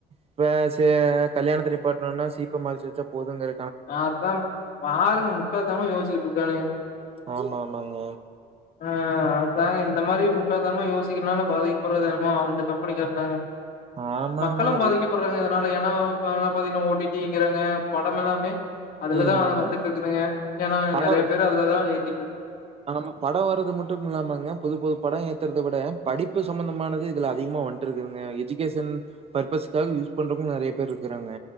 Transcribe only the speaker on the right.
இப்ப ச கல்யாணத்த நிப்பாட்டணுன்னா சீப்ப மாறிச்சு வச்சா போதுங்கற
ஆமா ஆமாங்க
ஆமாங்க
இ-
ம்
படம்
ஆமா பட வரது மட்டுமில்லாமாங்க புது புது பட ஏத்துறத விட படிப்பு சம்பந்தமானது இதுல அதிகமாக வன்ட்டுருக்குதுங்க எஜிகேஷன் பர்பஸ்க்காக யூஸ் பண்றவங்களு நெறைய பேர் இருக்குறாங்க